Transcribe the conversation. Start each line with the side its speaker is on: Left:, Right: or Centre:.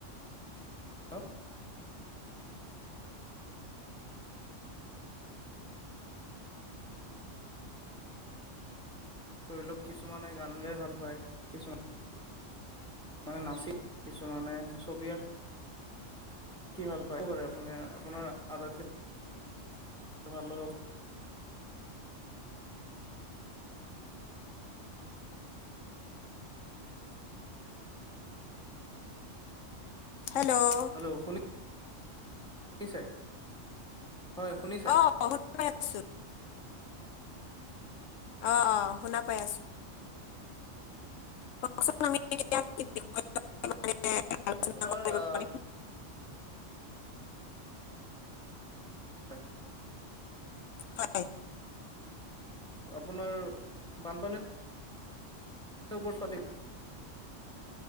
Centre: অ ধৰি লওঁক কিছুমানে গান গাই ভাল পায়, কিছুমা মানে নাচি কিছুমানে ছবি আঁ কি ভাল পায় <unintelligible> আপুনি আপোনাৰ আটাইতকৈ ভাল লগা
Left: হেল্ল'?
Centre: হেল্ল' শুনি ছে? হয় শুনিছে?
Left: অ' অ' শুনি পাই আছোঁ, অ' অ' শুনা পাই আছোঁ। <unintelligible> বিষয়ে
Centre: আপোনাৰ
Left: কৰিব
Centre: আহ
Left: পাৰিম
Centre: <unintelligible>
Left: হয়।
Centre: আপোনাৰ বানপানী ওপৰত পাতি